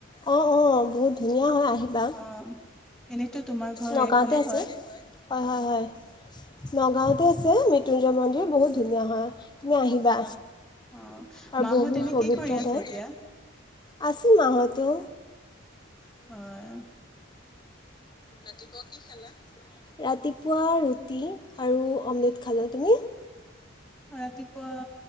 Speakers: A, on the left; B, in the centre.
A: অঁ অঁ বহুত ধুনীয়া হয় আহিবা।
B: অ'। এনেতো তোমাৰ ঘৰৰ
A: নগাঁৱতে
B: এইফালেই
A: আছে
B: হয়।
A: হয়
B: অ
A: হয় হয়, নগাঁৱতে আছে মৃত্যুঞ্জয় মন্দিৰ বহুত ধুনীয়া হয়। তুমি আহিবা
B: হয়, অ
A: আৰু
B: মাহ'ত
A: বহুত
B: এনে
A: পবিত্ৰ
B: কি কৰি আছে
A: ঠাই
B: এতিয়া।
A: আছে মাহতো
B: হয়
A: ৰাতিপুৱা কি খালা, ৰা ৰাতিপুৱা ৰুটি আৰু অমলেট খালোঁ তুমি
B: ৰাতিপুৱা